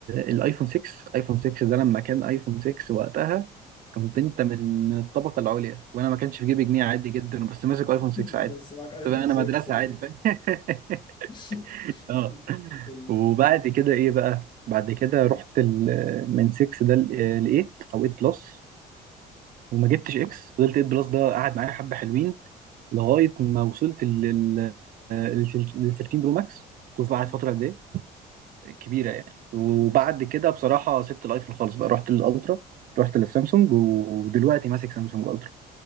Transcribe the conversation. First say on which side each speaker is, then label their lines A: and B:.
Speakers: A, on the right; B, on the left.
A: الايفون 6 ايفون 6 ده لما كان ايفون 6 وقتها كنت انت من من الطبقه العليا وانا ما كانش في جيبي جنيه عادي جدا بس ماسك ايفون
B: <laughs>
A: 6 عادي
B: بس معاك ايفون
A: تبقى انا
B: 6
A: مدرسه
B: اه
A: عادي فاهم <laughs>
B: <laughs>
A: اه
B: كل-
A: وبعد كده ايه بقى بعد كده رحت ال- من 6 ده ل 8 او 8 بلس وما جبتش اكس فضلت 8 بلس ده قعد معايا حبه حلوين لغايه ما وصلت لل لل 13 برو ماكس شوف قعد
B: مم.
A: فتره قد ايه كبيره يعني وبعد كده بصراحه سبت الايفون خالص بقى رحت للالترا رحت للسامسونج ودلوقتي ماسك سامسونج الترا